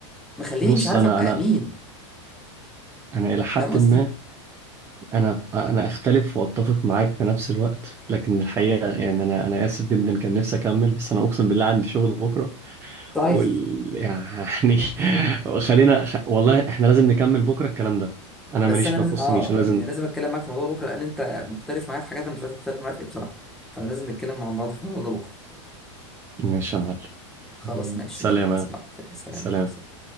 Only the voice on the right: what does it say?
بص
أنا
أنا
أنا إلى حد
ما انا انا اختلف واتفق معاك في نفس الوقت لكن الحقيقه يعني انا انا اسف جدا كان نفسي اكمل بس انا اقسم بالله عندي شغل بكره
وال يعني <laughs> خلينا خ... والله احنا لازم نكمل بكره الكلام ده انا
ماليش
ما
يخصنيش
انا لازم
ماشي يا معلم
سلام
سلام